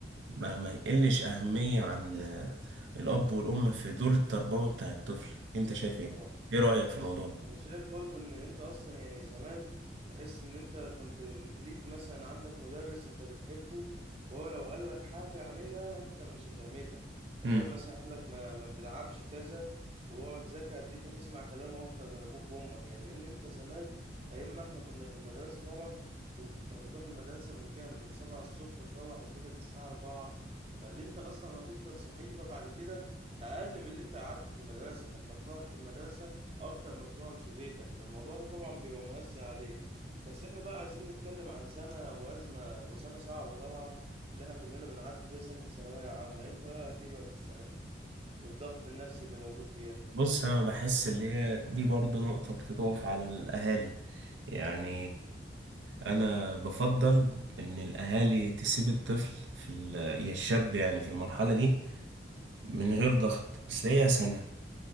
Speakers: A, on the right; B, on the right.
A: ما, ما يقلش اهمية عن آه، الاب والام في دور التربوي بتاع الطفل انت شايف ايه
B: طبعا
A: ايه رأيك في الموضوع ده
B: انا شايف برضو ان انت اصلا يعني زمان تحس ان انت كنت ليك مثلا عندك مدرس انت بتحبه فهو لو قال لك حاجة اعملها انت مش هتعملها يعني
A: مم.
B: لو مثلا قال لك ما, ما تلعبش كذا واقعد ذاكر هتلاقيك هتسمع كلامه اكتر من ابوك وامك يعني لان انت زمان ايام ما احنا كنا في المدرسة طبعا كنت انت بتروح المدرسة من كام من سبعة الصبح تروح لبيتك الساعة أربعة فاللي انت اصلا هتفضل صحيح بعد كده اقل من اللي انت قعدته في المدرسة فانت بتقعد في المدرسة اكتر ما بتقعد في بيتك فالموضوع ده طبعا بيبقى مؤثر عليك بس احنا بقى عايزين نتكلم عن سنة وأزمة وسنة صعبة طبعا اللي احنا كلنا بنعدي بيها سنة ثانوية عامة انت رأيك ايه بقى في السنة دي والضغط النفسي اللي موجود فيها
A: بص انا بحس اللي هي دي برضو نقطة بتتقف على الاهالي يعني انا بفضل ان الاهالي تسيب الطفل في ال- يا الشاب يعني في المرحلة دي من غير ضغط اصل هي سنة